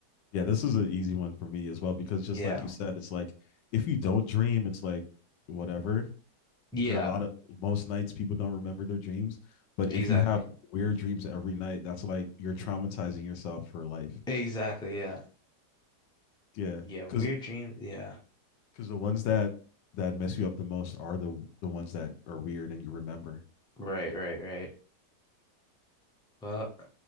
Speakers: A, on the left; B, in the centre.
A: Yeah, this is an easy one for me as well because just
B: Yeah.
A: like you said, it's like if you don't dream, it's like whatever.
B: Yeah.
A: There are a lot of most nights people don't remember their dreams, but
B: Exactly.
A: if you have weird dreams every night, that's like you're traumatizing yourself for life.
B: Exactly. Yeah.
A: Yeah,
B: Yeah. Weird
A: because
B: dreams. Yeah.
A: because the ones that that mess you up the most are the the ones that are weird and you remember.
B: Right. Right. Right. Well.